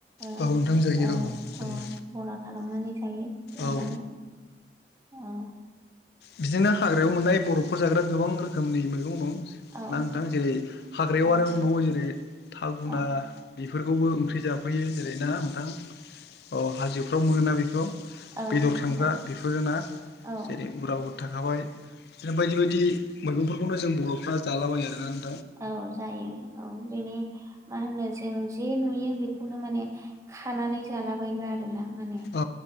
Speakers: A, on the right; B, on the left.
A: ओ
B: औ नोंथां जायो
A: ओ
B: औ जायो
A: ओ बरा खालामनानै जायो एवनानै
B: औ
A: ओं
B: बिदिनो हाग्रायाव मोननाय बरफफोर जाग्रा गोबां रोखोमनि मैगं दं
A: औ
B: ना नोंथां जेरै हाग्रायाव
A: औ
B: आरो नआव जेरै थागुना
A: औ
B: बेफोरखौबो ओंख्रि जाफैयो जेरै ना नोंथां औ हाजोफ्राव मोनो ना बेखौ
A: औ
B: बेदर थांग्रा
A: नंगौ
B: बेफोरोना
A: औ
B: जेरै रावबो थाखाबाय बिदिनो बायदि बायदि मैगंफोरखौनो जों बर'फ्रा जालाबायो ना
A: औ जायो औ बिनि मा होनो जों जे नुयो बेखौनो माने खानानै जालाबायग्रा आरोना माने
B: औ